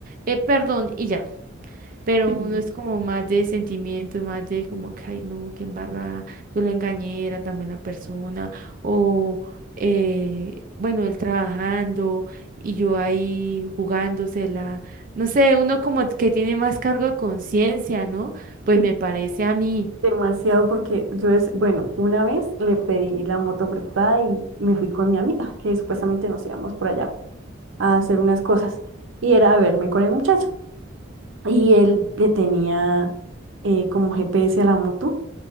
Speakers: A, on the right; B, on the right.
A: eh, perdón, y ya pero
B: Mm.
A: uno es como más de sentimientos, más de como que, ay, no, qué embarrada, yo lo engañé, era tan buena persona, o, eh, bueno, él trabajando y yo ahí jugándosela, no sé, uno como que tiene más cargo de conciencia, ¿no? Pues
B: sí,
A: me parece a mí.
B: demasiado porque yo es, bueno, una vez le pedí la moto prestada y me fui con mi amiga, que supuestamente nos íbamos por allá a hacer unas cosas. Y era a verme con el muchacho. Y él
A: Mm.
B: le tenía eh, como GPS a la moto